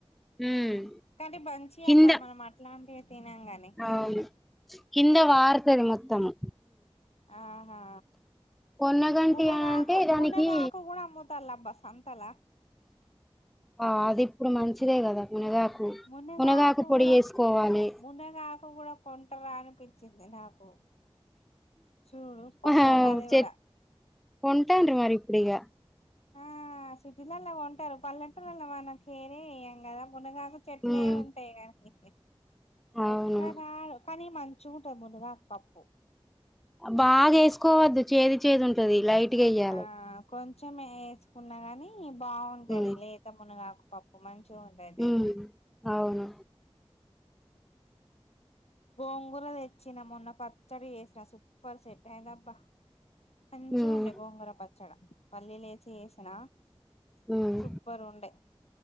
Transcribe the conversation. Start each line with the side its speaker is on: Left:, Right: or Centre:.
Centre: ఉమ్
Left: కాని మంచియి
Centre: కింద
Left: అబ్బా మనం అట్లాంటివే తినలే కాని
Centre: అవును కింద పార్తది మొత్తము
Left: ఆహా
Centre: కొన్నగంటి
Left: మునగా
Centre: అంటే
Left: ఆకు
Centre: దానికి
Left: మునగా ఆకు కూడా అమ్ముతాల్లు అబ్బ సంతల
Centre: ఆ అది ఇప్పుడు మంచిదే కదా మునగాకు
Left: మునగా
Centre: మునగాకు
Left: ఆకు
Centre: పొడి
Left: కూడా
Centre: చేసుకోవాలి
Left: మునగా ఆకు కూడా కొంటరా అనిపించింది నాకు చూడు కొంటాల్లు
Centre: ఆహా
Left: అదికూడా
Centre: చెట్ కొంటాండ్రి మరి ఇప్పుడిగా
Left: ఆ సిటీలలా కొంటారు పల్లెటులలా మనం కేరే చెయ్యం కదా మునగాకు చెట్లే
Centre: ఉమ్
Left: ఉంటాయి కానీ
Centre: అవును
Left: ఒక్కనాడు కానీ మంచిగా ఉంటది మునగాకు పప్పు
Centre: బాగా వేసుకోవద్దు చేదు చేదు ఉంటది లైట్గా వేయ్యాలి
Left: ఆ కొంచెం వేసుకున్నా గాని బాగుంటది
Centre: ఉమ్
Left: లేత మునగాకు పప్పు మంచిగా ఉంటది
Centre: ఉమ్ అవును
Left: ఆ గోంగూర తెచ్చిన మొన్న పచ్చడి చేసిన సూపర్ సెట్ అయింది అబ్బా మంచిగుండే
Centre: ఉమ్
Left: గోంగూర పచ్చడ పల్లిలేసి చేసిన
Centre: ఉమ్
Left: సూపర్ ఉండే